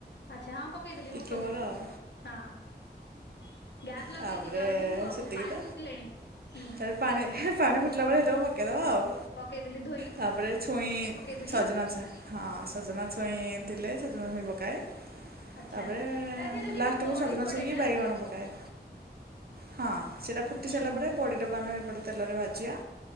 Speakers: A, on the left; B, on the right.
A: ଆଚ୍ଛା। ହଁ ପକେଇଦେଲି
B: ଟିକେ
A: ମୁଁ ପକେଇଦେଲି,
B: ମୋର ଆଉ
A: ହଁ। ଗ୍ୟାସ ଲଗେଇଛି,
B: ତାପରେ
A: ଜଲ୍ଦି କୁହ,
B: ସେତିକି
A: ମୋ ପାଣି
B: ତ
A: ଫୁଟିଲାଣି, ହୁଁ।
B: ତାପରେ ପାଣି ହେ ପାଣି ଫୁଟିଲା ବେଳେ ସେତକ ପକେଇଦବ ଆଉ।
A: ପକେଇଦେଲି ଧୋଇକି
B: ତାପରେ ଛୁଇଁ,
A: ପକେଇଦେଲି
B: ସଜନା ଛୁଇଁ ହଁ ସଜନା ଛୁଇଁ ଥିଲେ, ସଜନା ଛୁଇଁ ପକାଏ
A: ଆଚ୍ଛା
B: ତାପରେ
A: ତା ଦେହରେ ଦିଦି
B: ଲାଷ୍ଟକୁ
A: ବଡି
B: ସଜନା
A: ପଡେ
B: ଛୁଇଁକି
A: ନା
B: ବାଇଗଣ ପକାଏ। ହଁ ସେଇଟା ଫୁଟି
A: ହୁଁ
B: ସାରିଲା ପରେ ବଡିଟାକୁ ଆମେ ଏପଟେ ତେଲରେ ଭାଜିବା।